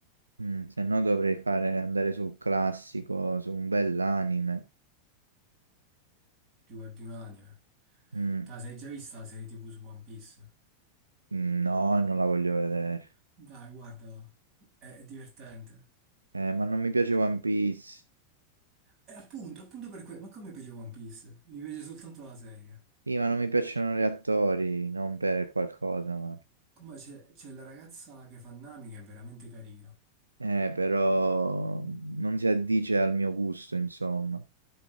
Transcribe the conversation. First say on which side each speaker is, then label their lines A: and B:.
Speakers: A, on the right; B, on the right.
A: mm, se no dovrei fare, andare sul classico, su un bell'anime.
B: Ti guardi un anime.
A: Mm.
B: Dai, sei già vista la serie TV su One Piece?
A: No, non la voglio vedere.
B: Dai, guardala. È, è divertente.
A: Eh, ma non mi piace One Piece.
B: E appunto, appunto per quello. Ma come piace One Piece? Mi piace soltanto la serie.
A: Sì, ma non mi piacciono gli attori, non per qualcosa, ma...
B: Come c'è c'è la ragazza che fa Nami che è veramente carina.
A: Eh, però non si addice al mio gusto, insomma.